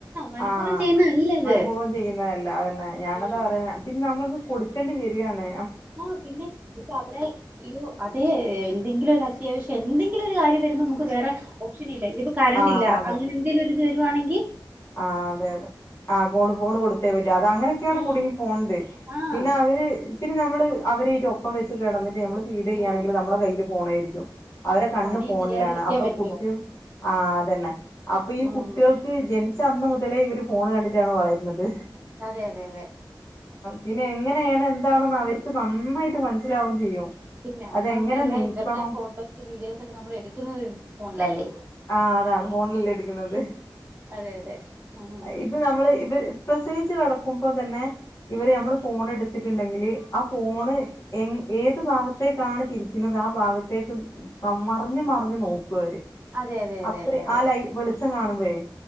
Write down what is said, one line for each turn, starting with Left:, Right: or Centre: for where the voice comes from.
Right: മനഃപൂർവ്വം
Left: ആ
Right: ചെയ്യുന്നതല്ല ഇത്
Left: മനഃപൂർവം ചെയ്യുന്നതല്ല അതന്നെ ഞാന്
Right: ഉം
Left: അതാ പറയുന്നെ പിന്നെ നമുക്ക് കൊടു ക്കേണ്ടി വരികാണ്
Right: ആ പിന്നെ ഇപ്പം അവിടെ ഇയ്യോ അതേ എന്തെങ്കിലുമൊര് അ അത്യാവശ്യം എന്തെങ്കിലുമൊരു കാര്യം വരുമ്പം നമ്മക്ക് വേറെ ഓപ്ഷ് ഷനില്ല ഇപ്പം കറന്റ്‌
Left: ആഹ്
Right: ഇല്ല
Left: അതെ
Right: അങ്ങനെ എന്തേലുമൊരു അത് വരുവാണെങ്കി
Left: ആഹ് അതെ അതെ ഫോൺ കൊടുത്തേ പറ്റു അങ്ങനെയൊക്കെ ആണ്
Right: ഉം
Left: കുടുങ്ങി പോണത്
Right: ആഹ്
Left: പിന്നെ അവര് നമ്മള് അവരെ ഒപ്പം വെച്ച് കിടന്ന് നമ്മള് ഫീഡ് ചെയ്യുവാണെങ്കിൽ
Right: ഉം
Left: നമ്മള കയ്യിലും പോണരിക്കും അവരെ കണ്ണ്
Right: പണി
Left: ഫോണിലാണ്
Right: ചെയ്യാതിരിക്കാൻ
Left: അപ്പൊ
Right: പറ്റോ
Left: കുട്ടിയും ആഹ് അതന്നെ അപ്പോൾ ഈ
Right: ഉം
Left: കുട്ടികൾക്ക് ജനി ച്ച അന്നുമുതലേ ഇവര് ഫോണ് കണ്ടിട്ടാണ് വളരുന്നത്
Right: അതെ അതെ അതെ
Left: ഇതിലെങ്ങനെയാണ് എന്താണ് എന്ന് അവർക്ക് നന്നായിട്ട് മനസിലാവും ചെയ്യും
Right: പിന്നെ അതുമാത്രമല്ല
Left: അതെങ്ങനെ നീക്കണം
Right: ഇവരുടെ ഫോട്ടോസ് വീഡിയോസ് ഒക്കെ നമ്മള് എടുക്കുന്നത് ഫോണിൽ അല്ലെ
Left: ആഹ് അതാണ് ഫോണിൽ അല്ലെ എടുക്കുന്നത്
Right: അതെ അതെ ഉം
Left: ഇത് നമ്മള് ഇവ പ്രസവിച്ചു കിടക്കുമ്പോൾ തന്നെ ഇവര് നമ്മള് ഫോൺ എടുത്തിട്ടുണ്ടെങ്കിൽ ആ ഫോണ് എ ഏത് ഭാഗത്തേക്ക്‌ ആണ് തിരിക്കുന്ന ആ ഭാഗത്തേക്ക്‌ മറിഞ്ഞുമറിഞ്ഞു നോക്കുമവര്
Right: അതെ അതെ അതെ
Left: അത്രേ
Right: അതെ അതെ
Left: അ ലൈ ച്ചു കാണുംമ്പഴ്